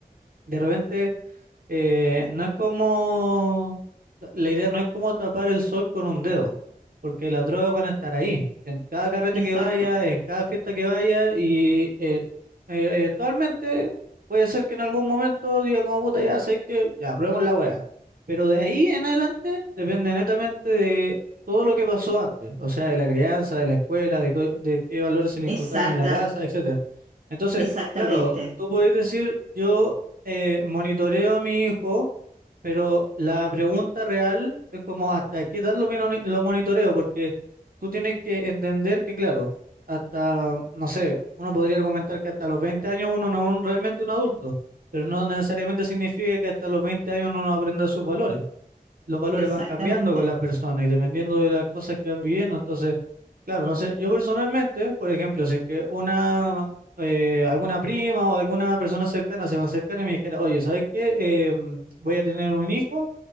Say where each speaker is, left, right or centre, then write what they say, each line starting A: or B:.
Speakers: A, on the right; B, on the right.
A: de repente eh, no es como, la idea no es como tapar el sol con un dedo, porque las drogas van a estar ahí, en cada carrete
B: Exacto.
A: que vaya, en cada fiesta que vaya, y eh, eh, eventualmente puede ser que en algún momento diga como puta, ya sé que ya, probemos la wea. Pero de ahí en adelante depende netamente de todo lo que pasó antes, o sea, de la crianza, de la escuela, de, co- de qué valores se le inculcaron
B: Exacta,
A: en la casa, etcétera. Entonces,
B: exactamente.
A: claro, tú podés decir, yo eh, monitoreo a mi hijo, pero la pregunta real es como hasta qué edad lo, mino- lo monitoreo, porque tú tienes que entender que, claro, hasta, no sé, uno podría argumentar que hasta los 20 años uno no es un- realmente un adulto, pero no necesariamente significa que hasta los 20 años uno no aprenda sus valores. Los valores
B: Exactamente.
A: van cambiando con la persona y dependiendo de las cosas que van viviendo, entonces... Claro, no sé, yo personalmente, por ejemplo, si es que una, eh, alguna prima o alguna persona cercana se va a acercar y me dijera, oye, ¿sabes qué? Eh, mm, voy a tener un hijo